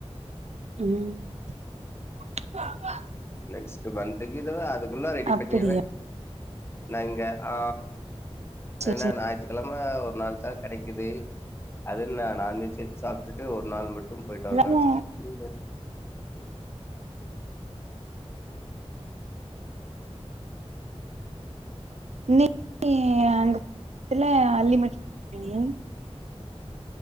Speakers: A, on the right; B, on the left.
A: ம்
B: நெக்ஸ்ட் மந்த்க்கு இதுவே அதுக்குள்ள ரெடி
A: அப்படியா
B: பண்ணிருவே நாங்க ஆ
A: சேர்
B: ஏன்னா
A: சேரி
B: ஞாயித்துக்கெழம ஒரு நாள்தா கடைக்கிது அது நா நான்வெஜ் எடுத்து சாப்ட்டுட்டு ஒரு நாள் மட்டு போயிட்டு
A: எல்லாமு
B: வருவே <unintelligible>
A: இன்னிக்கி அங்க <inaudible> அன்லிமிட் <unintelligible>